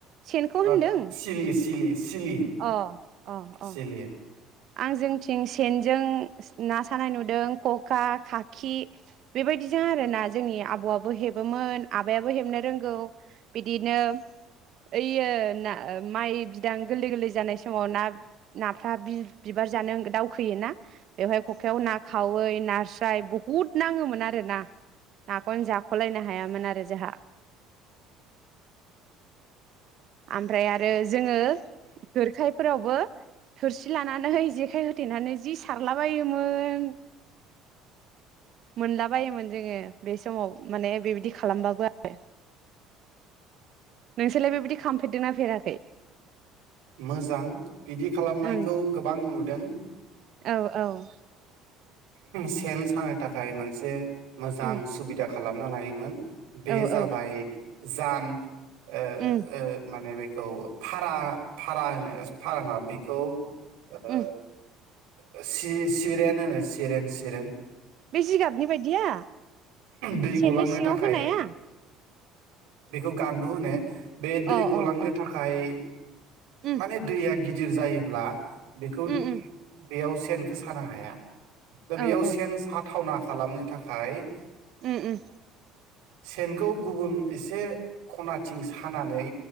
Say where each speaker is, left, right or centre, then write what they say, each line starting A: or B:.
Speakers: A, on the right; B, on the right.
A: सेनखौ होनदों
B: ओग सिलि सिलि सिलि
A: अ अ अ
B: सिलि
A: आं जोंथिं सेन जों ना सानाय नुदों खखा, खाखि बेबायदिजों आरो ना जोंनि आबौआबो हेबोमोन आबायाबो हेबनो रोंगौ बिदिनो ओइयो ना माइ बिदां गोरलै गोरलै जानाय समाव ना नाफ्रा बि बिबार जानो दावखोयोना बेवहाय खखायाव ना खावै नास्राय बहुद नांङोमोन आरो ना। नाखौनो जाख'लायनो हायामोन आरो जोंहा आमफ्राय आरो जोंङो गोरखाय फोरावबो थोरसि लानान लानानै जेखाय होथेनानै जि सारला बोयोमोन मोनलाबायोमोन जोंङो बे समाव माने बेबायदि खालामबाबो आरो। नोंसोरलाय बेबायदि खालामफेरदोंना फेराखै?
B: मोजां बिदि खालामनायखौ
A: ओं
B: गोबां नु दों
A: औ औ
B: सेन सानो थाखाय मोनसे मोजां
A: उम
B: सुबिदा खालामना लायोमोन। बे
A: औ
B: जाबाय
A: औ
B: जान ओ
A: उम
B: ओ माने बे खौ फारा फारा होनो फारा होना बेखौ ओ
A: उम
B: ओओ सि-सिरेन सिरेन-सिरेन
A: बे जिगाबनि बायदिया
B: दै
A: सेन
B: गलांनो
A: नि सिङांव
B: थाखाय
A: होनाया?
B: बेखौ गानदु होनो। बे दै
A: अ
B: गलांनो
A: अ अ
B: थाखाय
A: उम
B: माने दैआ गिद दिर जायोब्ला बेखौ
A: उम उम
B: बेयाव सेनखौ सानो हाया। दा बेयाव
A: औ औ
B: सेन साथावना खालामनो थाखाय
A: उम उम
B: सेनखौ गुबुन एसे खनाथिं सानानै